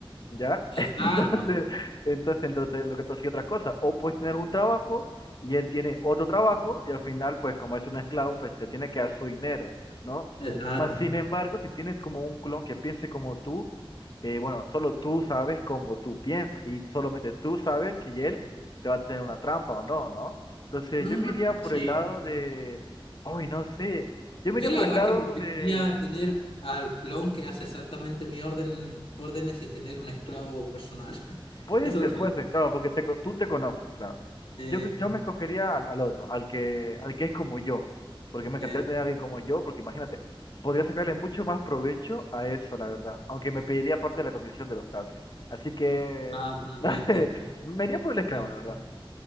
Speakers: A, on the left; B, on the left.
A: ¿Ya?
B: Exacto,
A: <laughs> Entonces, entonces, entonces lo que tú hacías otras cosas. O puedes tener un trabajo y él tiene otro trabajo y al final, pues como es un esclavo, pues te tiene que dar su dinero, ¿no?
B: exacto.
A: Más sin embargo, si tienes como un clon que piense como tú, eh, bueno, solo tú sabes cómo tú piensas y solamente tú sabes si él te va a tener una trampa o no, ¿no? Entonces
B: No,
A: yo me iría por
B: sí.
A: el lado de, hoy no sé, yo
B: Yo
A: me iría por
B: la
A: el
B: verdad
A: lado
B: que preferiría
A: de
B: tener al clon que hace exactamente mi orden, órdenes y tener un esclavo personal. <laughs>
A: Puede
B: Eso
A: ser,
B: sí.
A: puede ser, claro, porque te co- tú te conoces, claro.
B: Eh,
A: Yo, yo me escogería al, al otro, al que, al que es como yo, porque me encantaría
B: eh,
A: tener a alguien como yo, porque imagínate, podría sacarle mucho más provecho a eso, la verdad, aunque me pediría parte de la comisión de los tasks. Así que,
B: ah, probablemente.
A: <laughs> no sé, me iría por el esclavo,
B: Sí,
A: la verdad.